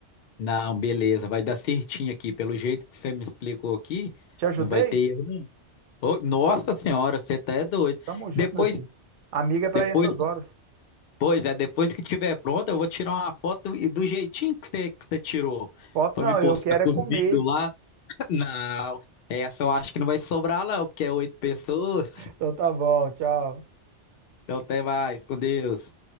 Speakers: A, on the left; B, on the right.
A: Não, beleza, vai dar certinho aqui. Pelo jeito que você me explicou aqui,
B: Te ajudei?
A: não vai ter erro, não. Ô, nossa senhora, você tá é doido.
B: Tamo junto,
A: Depois,
B: meu filho. Amiga é para
A: depois,
B: essas horas.
A: pois é, depois que tiver pronto, eu vou tirar uma foto e do jeitinho que você, que você tirou,
B: Foto
A: pra
B: não,
A: me postar
B: eu quero é
A: com
B: comer.
A: os vídeos lá. <laughs> Não, essa eu acho que não vai sobrar, não, porque é oito pessoas.
B: <laughs> Então tá bom, tchau.
A: Então até mais, com Deus.